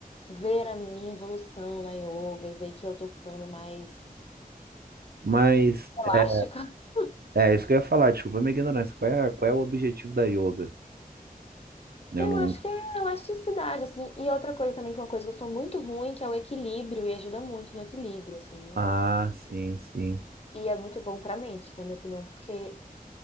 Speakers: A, on the left; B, on the right.
A: ver a minha evolução na yoga e ver que eu tô ficando mais
B: Mas
A: elástica.
B: é
A: <laughs>
B: é isso que eu ia falar, desculpa a minha ignorância. Qual é, qual é o objetivo da yoga? Eu
A: Eu
B: não.
A: acho que é elasticidade, assim. E outra coisa também, que é uma coisa que eu sou muito ruim, que é o equilíbrio, e ajuda muito no equilíbrio, assim, né?
B: Ah, sim, sim.
A: E é muito bom pra mente, na minha opinião, porque